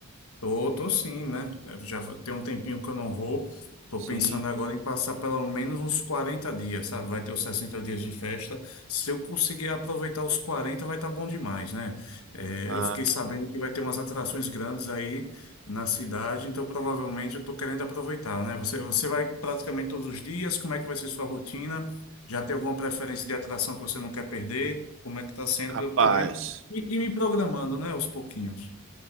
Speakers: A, on the left; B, on the right.
A: Tô, tô sim, né? Eu Já tem um tempinho que eu não vou. Tô
B: Sim.
A: pensando agora em passar pelo menos uns 40 dias, sabe? Vai ter os 60 dias de festa. Se eu conseguir aproveitar os 40 vai estar bom demais, né? É,
B: Ah,
A: eu fiquei sabendo que vai ter umas atrações grandes aí na cidade, então provavelmente eu tô querendo aproveitar, né? Você, você vai praticamente todos os dias, como é que vai ser sua rotina? Já tem alguma preferência de atração que você não quer perder? Como é que tá sendo?
B: rapaz.
A: Pra eu também e, me programando, né? Aos pouquinhos.